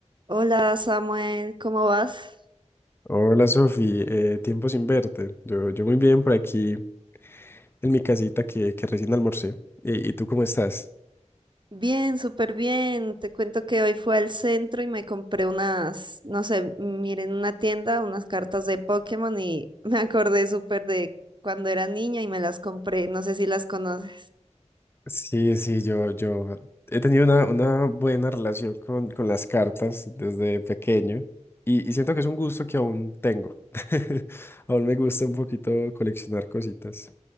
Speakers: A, on the right; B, on the left.
A: Hola Samuel, ¿cómo vas?
B: Hola Sofi, eh, tiempo sin verte. Yo, yo muy bien por aquí en mi casita que, que recién almorcé. ¿Y, y tú cómo estás?
A: Bien, súper bien. Te cuento que hoy fui al centro y me compré unas, no sé, miren una tienda, unas cartas de Pokémon y <laughs> me acordé súper de cuando era niña y me las compré. No sé si las conoces.
B: Sí, sí, yo, yo he tenido una, una buena relación con, con las cartas desde pequeño y, y siento que es un gusto que aún tengo. <laughs> Aún me gusta un poquito coleccionar cositas.